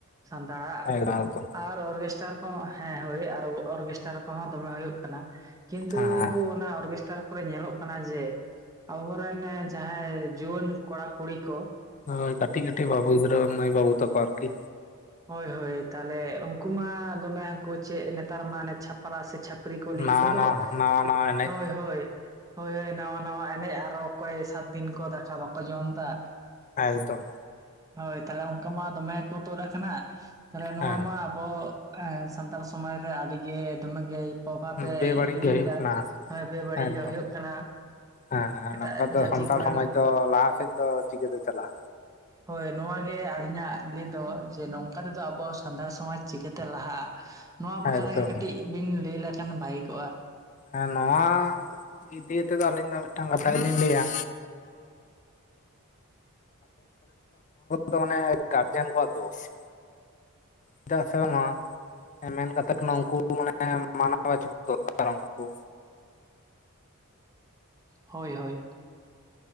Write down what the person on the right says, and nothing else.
ᱥᱟᱱᱛᱟᱲ ᱟᱜ
᱾ ᱟᱨ ᱚᱨᱜᱮᱥᱴᱟᱨ ᱠᱚᱦᱚᱸ ᱦᱮᱸ ᱦᱳᱭ ᱟᱨ ᱚᱨᱜᱮᱥᱴᱟᱨ ᱠᱚᱦᱚᱸ ᱫᱚᱢᱮ ᱦᱩᱭᱩᱜ ᱠᱟᱱᱟ ᱟ ᱠᱤᱱᱛᱩ
ᱚᱱᱟ ᱚᱨᱜᱮᱥᱴᱟᱨ ᱠᱚᱨᱮ ᱧᱮᱞᱚᱜ ᱠᱟᱱᱟ ᱡᱮ ᱟᱵᱚ ᱨᱮᱱ ᱡᱟᱦᱟᱸᱭ ᱡᱩᱣᱟᱹᱱ ᱠᱚᱲᱟ ᱠᱩᱲᱤ ᱠᱚ,
ᱦᱳᱭ ᱦᱳᱭ ᱛᱟᱦᱚᱞᱮ ᱩᱱᱠᱩ ᱢᱟ ᱫᱚᱢᱮ ᱦᱟᱱᱠᱩ ᱪᱮᱫ ᱱᱮᱛᱟᱨ ᱢᱟ ᱪᱷᱟᱯ ᱯᱨᱟ ᱥᱮ ᱪᱷᱟᱹᱯᱨᱤ ᱠᱚ ᱞᱟᱹᱭ
ᱠᱚᱫᱚ
ᱦᱳᱭ ᱦᱳᱭ ᱱᱟᱣᱟ ᱱᱟᱣᱟ ᱮᱱᱮᱡ ᱟᱨᱚ ᱚᱠᱚᱭ ᱥᱟᱛ ᱫᱤᱱ ᱠᱚ ᱫᱟᱠᱟ ᱵᱟᱠᱚ ᱡᱚᱢ ᱮᱫᱟ
ᱦᱳᱭ ᱛᱟᱦᱞᱮ ᱚᱱᱠᱟ ᱢᱟ ᱫᱚᱢᱮ ᱠᱚ ᱛᱩᱫ ᱟᱠᱟᱱᱟ ᱛᱟᱦᱟᱞᱮ ᱱᱚᱣᱟ
ᱢᱟ ᱟᱵᱚ ᱥᱟᱱᱛᱟᱲ ᱥᱚᱢᱟᱡᱽ ᱨᱮ ᱟᱹᱰᱤ ᱜᱮ ᱫᱚᱢᱮᱜ ᱜᱮ ᱯᱨᱚᱵᱷᱟᱵ ᱮ
ᱜᱤᱰᱤᱭᱮᱫᱟ
ᱦᱮ ᱵᱮᱵᱟᱹᱲᱤᱡ
ᱜᱮ ᱦᱩᱭᱩᱜ ᱠᱟᱱᱟ᱾
ᱮᱴᱟᱜ
ᱡᱟᱹᱛᱤ
ᱠᱚᱨᱮᱱ
ᱦᱳᱭ ᱱᱚᱣᱟ ᱜᱮ ᱟᱹᱞᱤᱧᱟᱜ ᱞᱟᱹᱭ ᱫᱚ ᱡᱮ ᱱᱚᱝᱠᱟ ᱛᱮᱫᱚ ᱟᱵᱚ ᱥᱟᱱᱛᱟᱲ ᱥᱚᱢᱟᱡᱽ ᱪᱤᱠᱟᱹᱛᱮ ᱞᱟᱦᱟᱜ-ᱟ, ᱱᱚᱣᱟ ᱵᱟᱠᱷᱨᱟ
ᱜᱮ ᱠᱟᱹᱴᱤᱡ ᱵᱤᱱ ᱞᱟᱹᱭ ᱞᱮᱠᱷᱟᱱ ᱵᱷᱟᱹᱜᱤ ᱠᱚᱜ-ᱟ᱾
ᱦᱳᱭ ᱦᱳᱭ ᱾